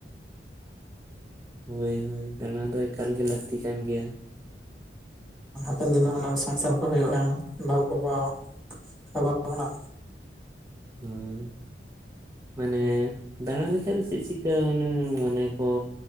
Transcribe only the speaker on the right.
ᱦᱳᱭ ᱦᱳᱭ ᱫᱟᱬᱟ ᱫᱚ ᱮᱠᱟᱞ ᱜᱮ ᱞᱟᱹᱠᱛᱤ ᱠᱟᱱ ᱜᱮᱭᱟ
ᱦᱳᱭ ᱢᱟᱱᱮ ᱫᱟᱬᱟ ᱞᱮᱠᱷᱟᱡ ᱫᱚ ᱪᱮᱫ ᱪᱤᱠᱠᱟ ᱚᱱᱮ ᱢᱚᱱᱮ ᱠᱚ